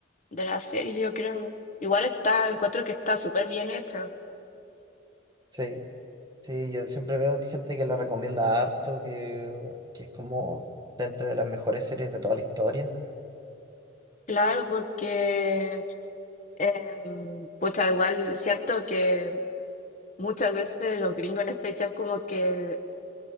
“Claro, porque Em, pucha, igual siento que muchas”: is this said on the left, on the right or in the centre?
Left